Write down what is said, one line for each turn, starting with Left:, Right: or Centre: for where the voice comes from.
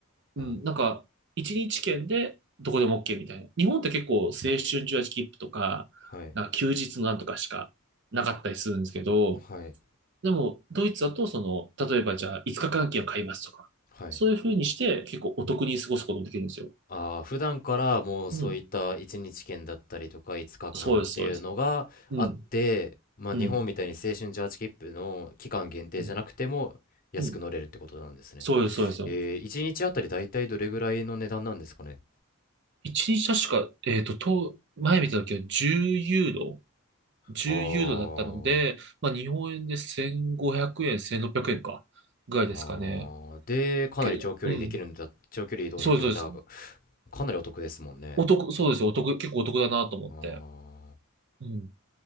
Right: うん、
Left: あ、
Right: なんか、一日券でどこでも OK みたいな。日本って結構青春18切符とか、
Left: はい、
Right: なんか休日のなんとかしかなかったりするんですけど、
Left: はい、
Right: でも、ドイツだと、その、例えばじゃあ5日間券を買いますとか、
Left: はい。
Right: そういう風にして結構お得に過ごすこともできるんですよ。
Left: ああ、普段からもうそういった1日券だったりとか5日間っていうのがあって、
Right: うん、そうです、そうです。うん、
Left: まあ日本みたいに青春18切符の期間限定じゃなくても安く乗れるってことなんですね。
Right: うん、うん、うんそうです、そうですよ。
Left: えー、1日あたりだいたいどれぐらいの値段なんですかね。
Right: 一日確か、えっと、と、前見た時は10ユーロ10ユーロだったので、
Left: あー
Right: まあ、日本円で1500円、1600円か、ぐらいですかね。
Left: あー、で、かなり長距離できるんだ、
Right: け、うん。
Left: 長距離移動できるんだったら、
Right: そうです、そうです。
Left: かなりお得ですもんね。
Right: お得、そうですよ。お得、結構お得だなと思って。
Left: あ
Right: うん。